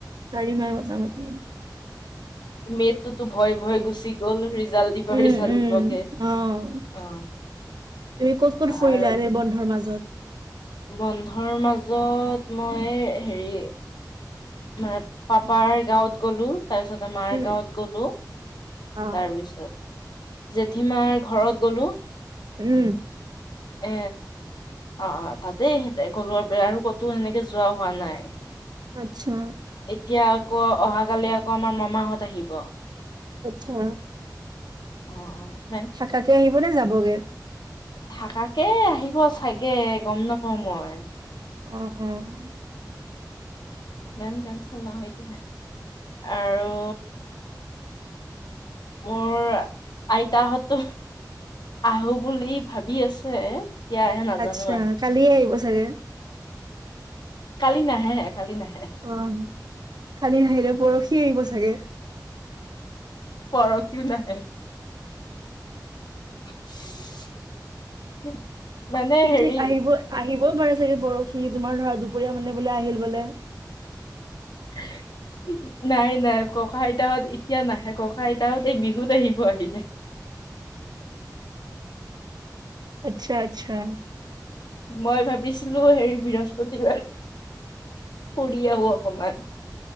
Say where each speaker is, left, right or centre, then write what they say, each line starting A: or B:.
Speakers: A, on the right; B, on the left.
A: চাৰি মাহ মোটামটি
B: মে, তুটো ভয়ে ভয় গুচি গ'ল ৰিজাল্ট দিব
A: উম
B: ৰিজাল্ট
A: উম
B: দিবকে
A: অহ
B: অ
A: তুমি ক'ত ক'ত ফুৰিলা
B: আৰু
A: এনে বন্ধৰ মাজত
B: বন্ধৰ মাজত মই হেৰি মানে পাপাৰ গাঁৱত গ'লো। তাৰ পিছতে মাৰ
A: উম,
B: গাঁৱত গলো,
A: অ',
B: তাৰপিছত জেঠীমাৰ ঘৰত গ'লোঁ।
A: উম
B: এ অ তাতেই সিহঁতে ঘৰত গ'লো আৰু ক'তো সেনেকে যোৱা হোৱা নাই।
A: আচ্ছা
B: এতিয়া আকৌ অহাকালি আকৌ আমাৰ মামাহঁত আহিব।
A: আচ্ছা
B: অ অ
A: থাকাকে আহিব নে যাবগে
B: থাকাকে আহিব চাগে, গম নাপাওঁ মই।
A: উম, উম।
B: প্লেন কেন্সেল নহয় দিয়া। আৰু মোৰ আইতাহঁতো আহোঁ বুলি ভাবি আছে। আহে নাজানো
A: আচ্ছা,
B: আৰু
A: কালিয়ে আহিব চাগে।
B: কালি নাহে, কালি নাহে।
A: অ', কালি নাহিলে, পৰহি আহিব চাগে।
B: পৰহিও নাহে। <unintelligible> মানে
A: কি
B: হেৰি
A: ঠিক, আহিব-আহিবও পাৰে চাগে পৰহি। তোমাৰ ধৰা, দুপৰীয়া মানে বোলে আহিল বোলে।
B: <unintelligible> নাই, নাই। ককা- আইতাহঁত এতিয়া নাহে, ককা- আইতাহঁত এই বিহুত আহিব আহিলে।
A: আচ্ছা, আচ্ছা।
B: মই ভাবিছিলোঁ, হেৰি বৃহস্পতিবাৰ ফুৰি আহোঁ অকণমান।